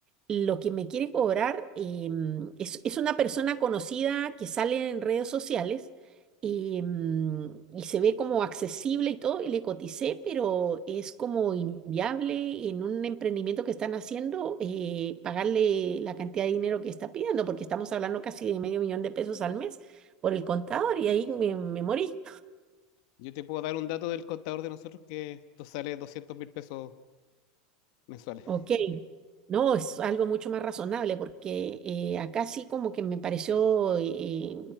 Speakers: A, on the right; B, on the left.
A: lo que me quiere cobrar eh, mm, es, es una persona conocida que sale en redes sociales eh, mm, y se ve como accesible y todo, y le coticé, pero es como inviable en un emprendimiento que están haciendo eh, pagarle la cantidad de dinero que está pidiendo, porque estamos hablando casi de medio millón de pesos al mes por el contador y ahí me me morí.
B: Yo te puedo dar un dato del contador de nosotros que esto sale doscientos mil pesos mensuales.
A: Ok, no, es algo mucho más razonable porque eh, acá sí como que me pareció eh,